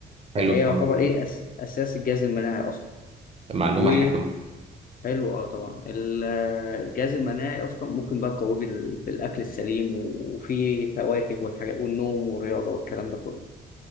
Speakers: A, on the right; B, on the left.
A: حلوة
B: فهي يعتبر
A: أوي.
B: ايه أس... اساس الجهاز المناعي اصلا
A: معلومة
B: و
A: حلوة
B: حلو اه طبعا ال- الجهاز المناعي اصلا ممكن بقى تقويه بال- بالاكل السليم وفي فواكه والحاجات والنوم والرياضه والكلام ده كله